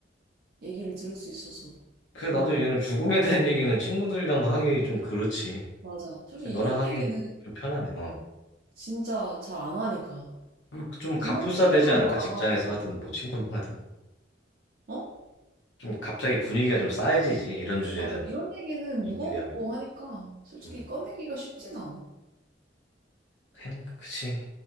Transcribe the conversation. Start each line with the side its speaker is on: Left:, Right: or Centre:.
Right: 얘기를 들을 수 있어서
Left: 그래서
Right: 좋은
Left: 나도
Right: 것
Left: 이런
Right: 같아.
Left: 죽음에 대한 얘기는 친구들이랑도 하기 좀 그렇지.
Right: 맞아. 솔직히
Left: 너랑
Right: 이런
Left: 하기
Right: 얘기는
Left: 좀 편하네. 어.
Right: 진짜 잘 안 하니까.
Left: 음, 좀
Right: 부모님이랑도
Left: 갑분싸 되지 않을까?
Right: 안
Left: 직장에서
Right: 하잖아.
Left: 하든 뭐 친구랑 하든.
Right: 어?
Left: 좀 갑자기 분위기가 좀 싸해지지. 이런 주제는.
Right: 맞아. 이런 얘기는
Left: 일이
Right: 무거웠고
Left: 하면.
Right: 하니까 솔직히
Left: 음.
Right: 꺼내기가 쉽진 않아.
Left: 그냥 그치.